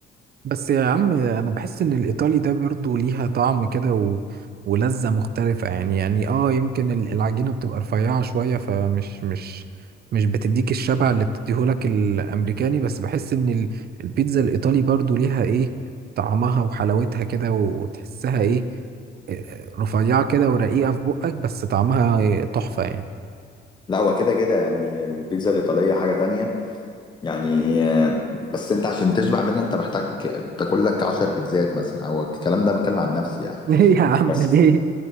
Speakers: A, on the right (about 50°); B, on the left (about 25°).
A: بس يا عم انا بحس ان الايطالي ده برضو ليها طعم كده و... ولذة مختلفة يعني يعني اه يمكن ال- العجينة بتبقى رفيعة شوية فمش مش مش بتديك الشبع اللي بتديهولك الامريكاني بس بحس ان ال- البيتزا الايطالي برضو ليها ايه طعمها وحلاوتها كده وتحسها ايه آه، آه، رفيعة كده ورقيقة في بقك بس طعمها إيه، تحفة يعني
B: لا هو كده كده يعني البيتزا الايطاليه حاجه تانية يعني آه، بس انت عشان تشبع منها انت محتاج تاكل لك 10 بيتزات مثلا او الكلام ده بتكلم عن نفسي يعني
A: <laughs> ليه يا عم
B: بس
A: ليه